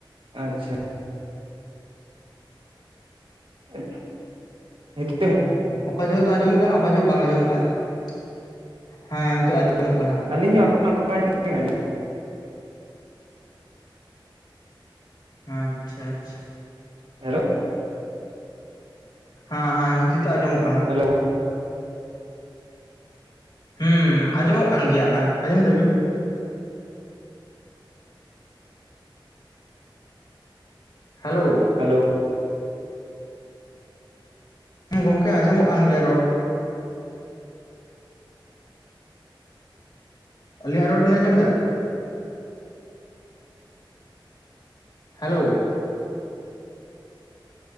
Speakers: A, on the right; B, on the left.
A: ᱟᱪᱪᱷᱟ ᱾ ᱟᱡ, ᱦᱟᱹᱪ ᱾
B: ᱦᱩᱸᱼ, ᱚᱠᱟ ᱡᱷᱚᱜ ᱫᱚ, ᱟᱸᱡᱚᱢᱚᱜ ᱠᱟᱱᱟ, ᱚᱠᱟ ᱡᱷᱚᱜ, ᱵᱟᱝ ᱟᱸᱡᱚᱢᱚᱜ ᱠᱟᱱᱟ ᱾ ᱦᱮᱸ, ᱱᱤᱛᱚᱜ ᱟᱸᱡᱚᱢᱚᱜ ᱠᱟᱱᱟ ᱾
A: ᱟᱹᱞᱤᱧ ᱦᱚᱸ ᱟᱵᱤᱱ ᱱᱚᱠᱟᱧ, ᱡᱷᱚᱜ ᱞᱤᱧ ᱟᱸᱡᱚᱢᱟ ᱾
B: ᱟᱻᱪᱪᱷᱟ, ᱟᱪᱪᱷᱟ ᱾
A: ᱦᱮᱲᱳᱠ <unintelligible>
B: ᱦᱟᱸᱻ ᱦᱟᱸᱻ ᱦᱤᱠᱤᱤᱛᱚ ᱟᱸᱡᱚᱢᱚᱜ ᱠᱟᱱᱟ ᱾
A: ᱦᱮᱞᱳ ᱾
B: ᱦᱩᱸᱻᱝ, ᱟᱸᱡᱚᱢᱚᱜ ᱠᱟᱱ ᱜᱮᱭᱟ ᱟᱠᱷᱟᱱ, ᱟᱸᱡᱚᱢ ᱮᱫᱟᱵᱤᱱ ᱦᱟᱞᱳ ᱾
A: ᱦᱟᱼᱞᱟᱹᱣ ᱾
B: ᱦᱮᱸ, ᱜᱚᱝᱠᱮ, ᱟᱸᱡᱚᱢᱚᱜ ᱠᱟᱱ ᱜᱮᱭᱟ ᱨᱚᱲ ᱾ ᱟᱹᱞᱤᱧᱟᱜ, ᱨᱚᱲ ᱵᱮᱱ ᱟᱡᱚᱢ ᱮᱫᱟ ᱾ ᱦᱟᱞᱟᱹᱣ ᱾